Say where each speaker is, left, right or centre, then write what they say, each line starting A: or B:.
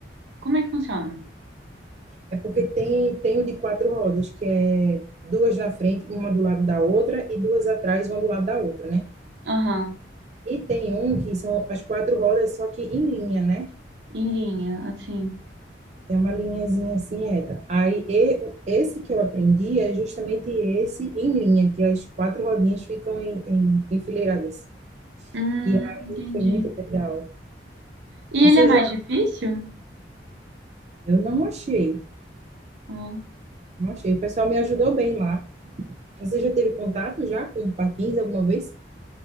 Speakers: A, on the right; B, on the right.
A: Como é que funciona?
B: É porque tem, tem o de quatro rodas, que é duas na frente, uma do lado da outra, e duas atrás, uma do lado da outra, né?
A: Aham,
B: E tem um que são as quatro rodas, só que em linha, né?
A: Em linha, assim.
B: É uma linhazinha assim reta. Aí e- esse que eu aprendi é justamente esse em linha, que as quatro rodinhas ficam em, em- enfileiradas.
A: Hum,
B: E aí
A: entendi.
B: foi muito legal.
A: E
B: Você
A: ele é mais
B: já?
A: difícil?
B: Eu não achei,
A: Ó.
B: não achei. O pessoal me ajudou bem lá. Você já teve contato já com patins alguma vez?